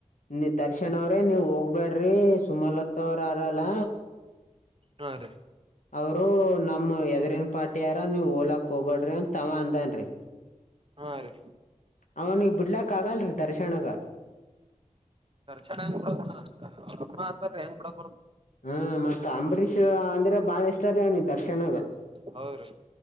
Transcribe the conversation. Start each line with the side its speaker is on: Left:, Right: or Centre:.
Left: ನಿ ದರ್ಶ ಶಕ್ಷಣ ಅವ್ರಿ ನೀವ್ ಹೋಗ್ಬೇಡ್ರಿ ಸುಮಲತಾ ಅವ್ರರಲ್ಲ
Right: ಹಾ ರೀ
Left: ಅವರು ನಮ್ಮ ಹೆದರಿನ ಪಾರ್ಟಿ ಯಾರ ನೀವು ಹ ಕಬಡ್್ರ ತಾವ ಅಧಾನರೆ
Right: ಹಾ ರೀ
Left: ಅವನಿಗೆ ಬಿಡ್ಲಾಕ್ ಆಗಲ್ರರಿ ದರ್ಶನಗ
Right: ದರ್ಶಣ ಹೆಂಗ್ ಬಿಡತ ಹೆಂಗ್ ಬಿಡ
Left: ಹ್ಮ ಮತ್ತ್ ಅಂಬರೀಷ್ ಅಂದ್ರೆ ಬಾಳ ಇಷ್ಟು ಇನ ದರ್ಶನಗ
Right: ಹೌದ್ರೀ